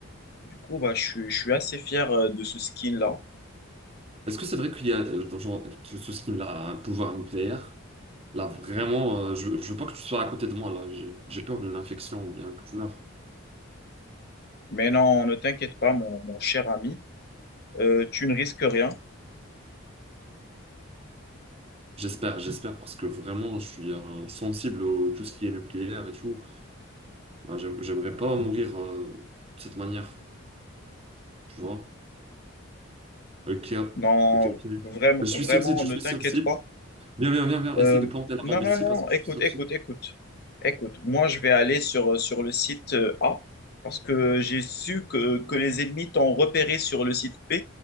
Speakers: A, on the left (about 50°); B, on the right (about 30°).
A: Du coup, bah, je, suis- je suis assez fier euh, de ce skin-là.
B: Est-ce que c'est vrai qu'il y a euh, genre, que ce skin là a un pouvoir nucléaire? Là vraiment, euh, je, je veux pas que tu sois à côté de moi là. J'ai j'ai peur d'une infection ou bien que tu meurs.
A: Mais non, ne t'inquiète pas, mon, mon cher ami. Euh, tu ne risques rien.
B: J'espère, j'espère parce que vraiment je suis euh, sensible à tout ce qui est nucléaire et tout. Ouais, j'ai- j'aimerais pas mourir euh, de cette manière, tu vois? Ok, ok,
A: Non,
B: ok.
A: vraiment,
B: Je suis
A: vraiment,
B: sur site, je
A: ne
B: suis
A: t'inquiète
B: sur site.
A: pas.
B: Viens, viens, viens, viens.
A: Euh,
B: Essaye de planter la
A: non,
B: bombe
A: non,
B: ici
A: non,
B: parce
A: non,
B: que
A: écoute,
B: je suis sur
A: écoute,
B: site.
A: écoute. Écoute, moi, je vais aller sur, sur le site euh, A parce que j'ai su que, que les ennemis t'ont repéré sur le site B.